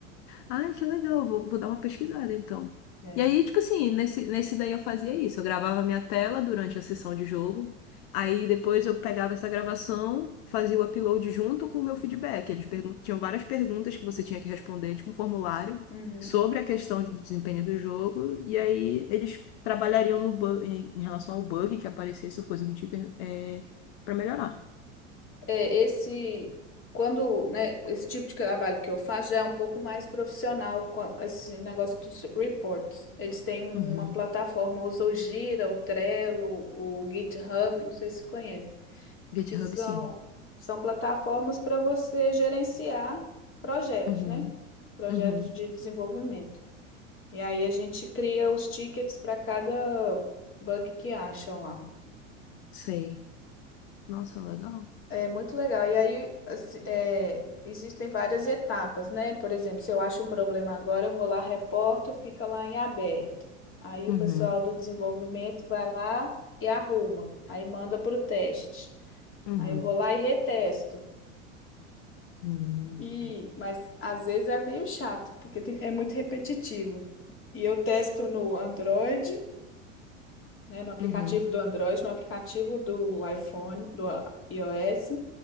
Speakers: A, on the left; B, on the left.
A: Ai, que legal, vou, vou dar uma pesquisada então.
B: É.
A: E aí, tipo assim, nesse, nesse daí eu fazia isso. Eu gravava minha tela durante a sessão de jogo. Aí depois eu pegava essa gravação, fazia o upload junto com o meu feedback. Eles pergun- tinham várias perguntas que você tinha que responder, tipo um formulário,
B: Uhum.
A: sobre a questão de desempenho do jogo. E aí eles trabalhariam no bu- em, em relação ao bug que aparecesse, ou coisa do tipo, é, para melhorar.
B: É, esse, quando, né, esse tipo de trabalho que eu faço já é um pouco mais profissional, com a- esse negócio dos reports. Eles têm uma
A: Uhum.
B: plataforma, usam o Gira, o Trello, o GitHub, não sei se você conhece.
A: GitHub,
B: que são,
A: sim.
B: são plataformas para você gerenciar projetos,
A: Uhum.
B: né? Projetos
A: Uhum.
B: de desenvolvimento. E aí a gente cria os tickets para cada bug que acha lá.
A: Sei. Nossa, legal.
B: É muito legal. E aí, assim, é, existem várias etapas, né? Por exemplo, se eu acho um problema agora, eu vou lá, reporto, fica lá em aberto. Aí
A: Uhum,
B: o pessoal do desenvolvimento vai lá e arruma. Aí manda para o teste.
A: uhum,
B: Aí eu vou lá e retesto.
A: uhum,
B: E, mas às vezes é meio chato, porque tem- é muito repetitivo. E eu testo no Android, né, no aplicativo
A: uhum,
B: do Android, no aplicativo do iPhone, do iOS